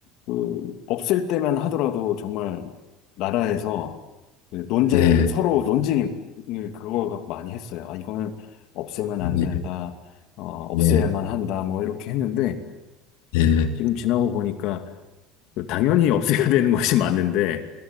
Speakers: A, on the left; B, on the left.
A: 그 없을 때만 하더라도 정말 나라에서 그 논쟁
B: 네.
A: 서로 논쟁을 그거 갖고 많이 했어요. 아 이거는 없애면 안
B: 네.
A: 된다. 어, 없애야만
B: 네.
A: 한다. 뭐 이렇게 했는데
B: 네.
A: 지금 지나고 보니까 그 당연히 없애야 되는 것이 맞는데